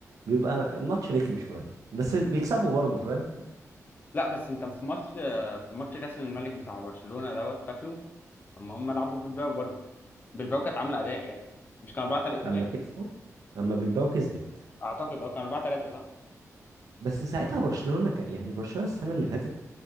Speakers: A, on the right; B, on the left.
A: بيبقى الماتش رخم شوية بس بيكسبوا برضه فاهم
B: لا بس انت في ماتش في ماتش كاس الملك بتاع برشلونه دوت فاكره اما هم لعبوا بالباو برضه بالباو كانت عامله اداء يعني مش كان 4 3
A: اما
B: باين
A: كسبوا اما بالباو كسبت
B: اعتقد اه كان 4 3 صح
A: بس ساعتها برشلونة ك... يعني برشلونة السنة اللي فاتت